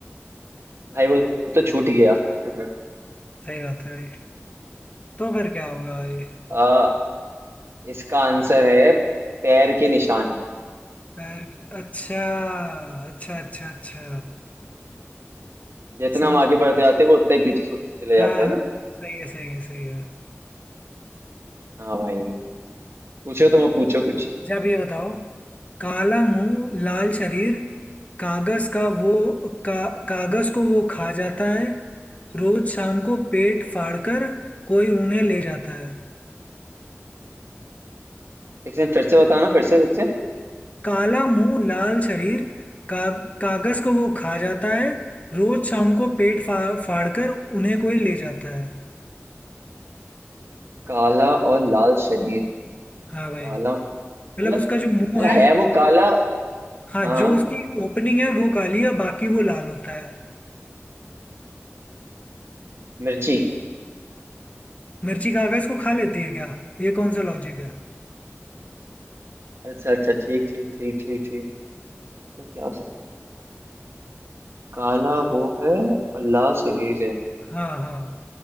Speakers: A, on the right; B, on the left.
A: भाई वो तो छूट गया <laughs>
B: सही बात है ये। तो फिर क्या होगा ये
A: आ, इसका आंसर है पैर के निशान
B: पैर अच्छा अच्छा अच्छा अच्छा
A: जितना
B: समझ
A: हम आगे
B: गया
A: बढ़ते जाते हैं वो उतना ही पीछे छूटते चले
B: हाँ
A: जाता
B: हाँ
A: है ना
B: सही है सही है सही है
A: हाँ भाई पूछो तुम अब पूछो कुछ
B: अच्छा अब ये बताओ काला मुंह लाल शरीर कागज का वो का, कागज को वो खा जाता है रोज शाम को पेट फाड़कर कोई उन्हें ले जाता है
A: एक सेकंड फिर से बताना फिर से फिर से
B: काला मुंह लाल शरीर का, कागज को वो खा जाता है रोज शाम को पेट फाड़ फाड़कर उन्हें कोई ले जाता है
A: काला और लाल शरीर
B: हाँ
A: काला
B: भाई
A: मतलब
B: मतलब उसका जो मुंह
A: मतलब
B: है
A: है वो काला
B: हाँ
A: हाँ हाँ
B: जो उसकी ओपनिंग है वो काली है बाकी वो लाल होता है
A: मिर्ची
B: मिर्ची कागज को खा लेती है क्या ये कौन सा लॉजिक है
A: अच्छा अच्छा ठीक ठीक ठीक ठीक ठीक तो क्या हो सकता है काला वो है और लाल शरीर है
B: हाँ हाँ